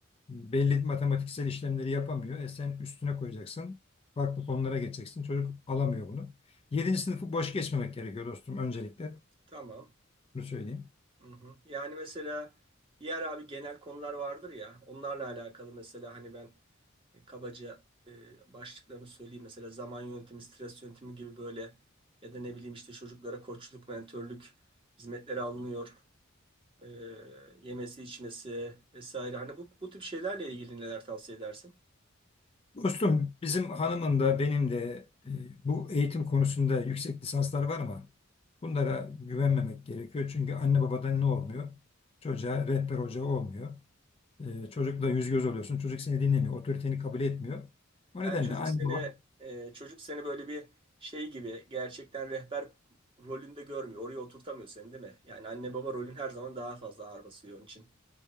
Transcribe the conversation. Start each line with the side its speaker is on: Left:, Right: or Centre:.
Left: belli matematiksel işlemleri yapamıyor. E sen üstüne koyacaksın. Farklı konulara geçeceksin. Çocuk alamıyor bunu. Yedinci sınıfı boş geçmemek gerekiyor dostum öncelikle.
Right: Tamam.
Left: Bunu söyleyeyim.
Right: Hı hı. Yani mesela diğer abi genel konular vardır ya onlarla alakalı mesela hani ben e, kabaca e, başlıklarını söyleyeyim mesela zaman yönetimi, stres yönetimi gibi böyle ya da ne bileyim işte çocuklara koçluk, mentörlük hizmetleri alınıyor. E, yemesi, içmesi vesaire hani bu bu tip şeylerle ilgili neler tavsiye edersin?
Left: Dostum bizim hanımın da benim de e, bu eğitim konusunda yüksek lisanslar var ama bunlara güvenmemek gerekiyor. Çünkü anne babadan ne olmuyor? Çocuğa rehber hoca olmuyor. E, çocukla yüz göz oluyorsun. Çocuk seni dinlemiyor. Otoriteni kabul etmiyor. O
Right: Yani
Left: nedenle
Right: çocuk
Left: anne
Right: seni
Left: baba
Right: e, çocuk seni böyle bir şey gibi gerçekten rehber rolünde görmüyor. Oraya oturtamıyor seni değil mi? Yani anne baba rolün her zaman daha fazla ağır basıyor onun için.